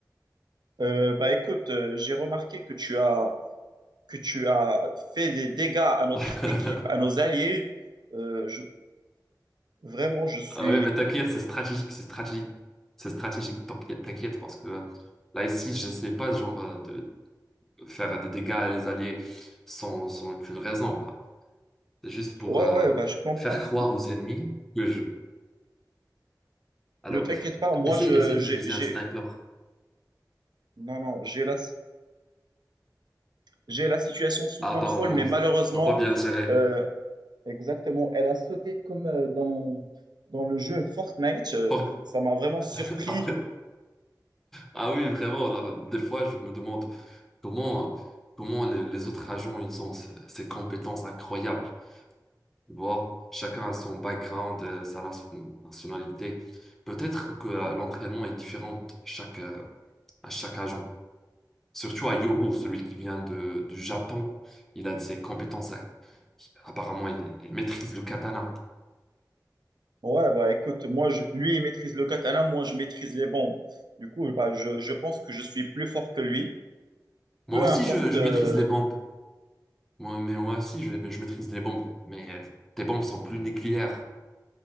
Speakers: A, on the right (about 75°); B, in the centre.
A: Euh, bah écoute, euh, j'ai remarqué que tu as que tu as fait des dégâts à notre
B: <laughs>
A: équipe, à nos alliés. Euh, je- vraiment, je suis.
B: Ah ouais, mais t'inquiète, c'est stratégique, c'est stratégique. C'est stratégique, t'inquiète, t'inquiète, parce que euh, là, ici, j'essaie pas, genre, euh, de faire des dégâts à les alliés sans, sans aucune raison. C'est juste pour
A: Ouais,
B: euh,
A: ouais, bah je comprends.
B: faire
A: je
B: croire
A: comprends.
B: aux ennemis que je... Alors,
A: Ne t'inquiète
B: euh,
A: pas, moi
B: essaye,
A: je
B: essaye d'utiliser
A: j'ai j'ai-
B: un sniper.
A: non non j'ai la j'ai la situation sous
B: Ah,
A: contrôle,
B: apparemment,
A: mais malheureusement,
B: t'as pas bien géré.
A: euh, exactement, elle a sauté comme euh, dans dans le jeu Fortnite. Euh,
B: Pour-
A: ça m'a vraiment surpris.
B: <laughs> Ah oui, vraiment, là, des fois, je me demande comment, comment les, les autres agents, ils ont ces ces compétences incroyables. Tu vois, chacun a son background, euh, sa nas- nationalité. Peut-être que euh, l'entraînement est différent chaque, euh, à chaque agent. Surtout à Yoro, celui qui vient de, du Japon, il a de ses compétences. à- Apparemment, il, il maîtrise le katana.
A: Ouais, bah écoute, moi, je- lui, il maîtrise le katana, moi, je maîtrise les bombes. Du coup, bah, je, je pense que je suis plus fort que lui,
B: Moi
A: peu
B: aussi,
A: importe.
B: je, je
A: euh,
B: maîtrise les bombes. Moi, mais moi aussi, je, je maîtrise les bombes. Mais euh, tes bombes sont plus nucléaires